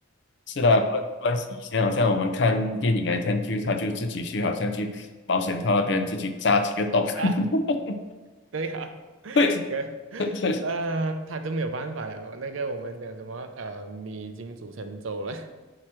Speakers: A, on the left; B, on the right.
A: 是啦，关关系以前好像我们看电影来看剧，他就自己去好像去保险套那边自己扎几个洞，
B: <laughs> 啊，
A: <laughs>
B: 对啊，
A: 会
B: 对，<laughs>
A: 会会
B: 呃，他就没有办法了。那个我们讲什么，呃，米已经煮成粥了，